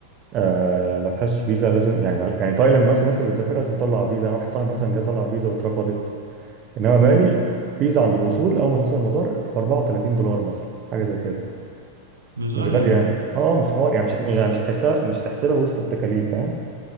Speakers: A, on the right (about 35°); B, on the right (about 75°).
A: آه ما فيهاش فيزا لازم يعني ما- يعني تايلاند مثلا الناس اللي بتسافر لازم تطلع فيزا انا واحد صاحبي مثلا جه طلع فيزا واترفضت انما
B: مم.
A: بالي فيزا عند الوصول اول ما توصل المطار ب 34 دولار مثلا حاجه زي كده
B: مش
A: مش
B: غالية
A: غالي
B: يعني
A: يعني اه مش حوار يعني مش يعني مش هتحسها مش هتحسبها وسط التكاليف فاهم